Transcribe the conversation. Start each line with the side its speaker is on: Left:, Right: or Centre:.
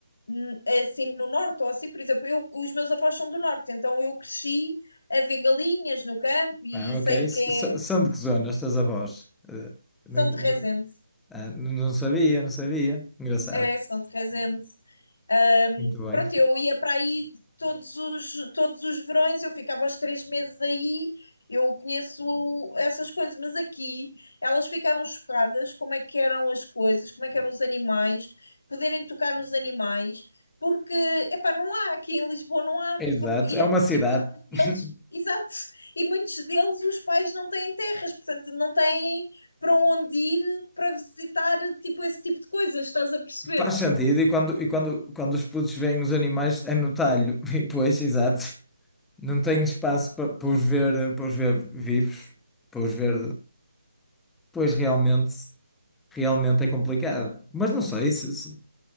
Left: n- assim no norte, ou assim, por exemplo, eu, os meus avós são do norte, então eu cresci a ver galinhas no campo e
Centre: ah,
Left: sei
Centre: ok,
Left: o
Centre: S-
Left: que é.
Centre: s- são de que zona estas avós? Eh, não,
Left: São
Centre: não,
Left: de Resende,
Centre: ah, não sabia, não sabia, engraçado,
Left: é, são de Resende. Ahm,
Centre: muito bem.
Left: pronto, eu ia para aí todos os, todos os verões, eu ficava os três meses aí, eu conheço essas coisas, mas aqui elas ficaram chocadas como é que eram as coisas, como é que eram os animais, poderem tocar nos animais, porque, epá, não há, aqui em Lisboa não há,
Centre: Exato,
Left: porque, e,
Centre: é uma cidade.
Left: e muitos deles,
Centre: <laughs>
Left: <laughs> exato, e muitos deles os pais não têm terras, portanto não têm para onde ir para visitar, tipo, esse tipo de coisas, estás a perceber?
Centre: Faz sentido, e quando, e quando, quando os putos veem os animais é no talho, <laughs> e pois, exato, não tenho espaço pa- para os ver, para os ver vivos, para os ver, pois realmente, realmente é complicado. Mas não sei, se, se-